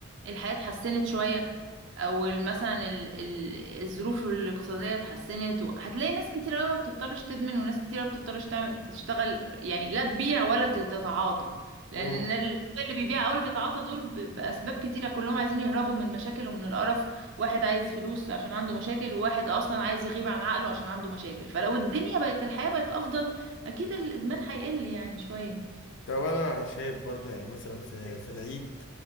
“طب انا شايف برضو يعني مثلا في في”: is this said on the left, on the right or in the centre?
Left